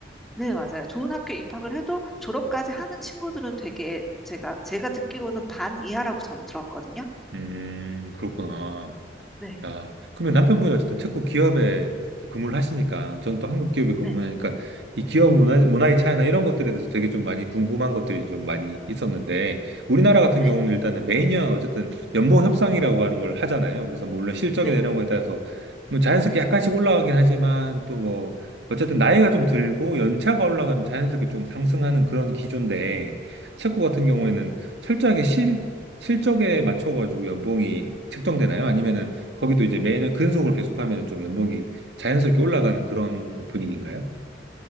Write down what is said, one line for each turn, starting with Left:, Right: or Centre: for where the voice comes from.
Centre: 네, 맞아요. 좋은 학교 입학을 해도 졸업까지 하는 친구들은 되게 제가, 제가 듣기로는 반 이하라고 저는 들었거든요.
Right: 음, 그렇구나.
Centre: 네,
Right: 아, 그러면 남편분이 어쨌든 체코 기업에 그 근무를 하시니까, 저는 또 한국 기업에 근무하니까,
Centre: 네,
Right: 이 기업 문화, 문화의 차이나 이런 것들에 대해서 되게 좀 많이 궁금한 것들이 좀 많이 있었는데, 우리나라 같은
Centre: 네,
Right: 경우는 일단은 매년 어쨌든 연봉 협상이라고 하는 걸 하잖아요. 그래서 뭐 물론 실적이나
Centre: 네.
Right: 이런 거에 따라서 뭐 자연스럽게 약간씩 올라가긴 하지만, 또 뭐, 어쨌든 나이가 좀 들고 연차가 올라가면 자연스럽게 좀 상승하는 그런 기조인데, 체코 같은 경우에는 철저하게 실, 실적에 맞춰가지고 연봉이 책정되나요? 아니면은 거기도 이제 매년 근속을 계속하면 좀 연봉이 자연스럽게 올라가는 그런 분위기인가요?